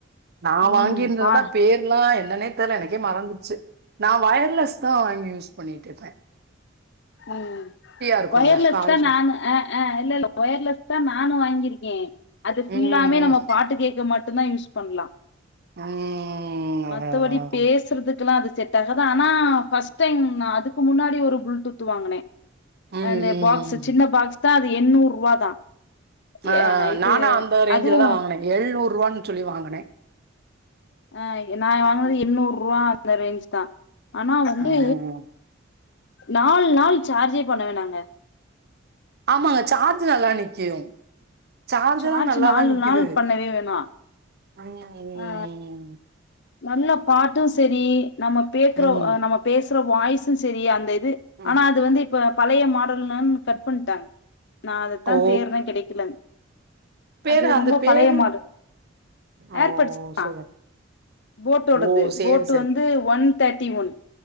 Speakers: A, on the right (about 55°); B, on the left (about 60°).
A: நா
B: ம்
A: வாங்கிர்ந்தததா
B: பா
A: பேர்லா என்னனே த்த லனக்கே மறந்துர்ச்சு நா வயர்லெஸ் தா யூஸ் பண்ணிட்டிர்ப்பே
B: ம்
A: இருக்குல்ல
B: வயர்லெஸ்
A: காதுக்குள்
B: தா நானு ஆஆ இல்லல்ல வயர்லெஸ் தா நானு வாங்கிருக்கே அது ஃபுல்லாமே
A: ம் ம்
B: நம்ம பாட்டு கேக்க மட்டுன்தா யூஸ் பண்லா
A: ம்
B: மத்தவடி
A: அதா அதா அதா
B: பேசுற்துக்குல்லா அது செட் ஆஹாது ஆனா பஸ் டைம் நா அதுக்கு முன்னாடி ஒரு புள்டூத் த்துவாங்கனே
A: ம் ம்
B: அந்நே பாக்ஸு
A: ம்
B: சின்ன பாக்ஸ் தா அது எண்ணூருவா தா
A: ஆ
B: எ இது
A: நானா அந்த ரேஞ்சுல
B: அதுவு
A: தா வாங்குனே எழ்நூருவான்னு ச்சொல்லி வாங்கனே
B: ஆ எ நாய் வாங்குனது எண்ணூருவாபா அந்த ரேஞ்ச் தா ஆனா வந்து
A: ம்
B: நாலு நாள் சார்ஜே பண்ண வேனாங்க
A: ஆமாங்க சார்ஜ் நல்லா நிக்யும் சார்ஜல்லா
B: சார்ஜ்
A: நல்லாதா
B: நாலு
A: நிக்கிது
B: நாள் பண்ணவே வேணா
A: <unintelligible>
B: ஆ நல்ல பாட்டு சரி நம்ம பேக்குறோவ்
A: ம்
B: அ நம்ம பேசுற வாய்ஸு சரி அந்த இது
A: ம்
B: ஆனா அது வந்து இப்பு பழைய மாடல்னுன் கட் பண்ட்டாங் நா அதத்தா
A: ஓ
B: தேர்ரே கெடைக்கலங்
A: பேரு
B: அது
A: அந்த
B: ரொம்ப
A: பேரு
B: பழையமாடல்
A: ஓ
B: ஏற்பட்ஸ்
A: சேரி
B: ஆ போட்டோடது
A: ஓ சேரி
B: போட்டு
A: சேரி
B: வந்து வன் தட்டி ஒன்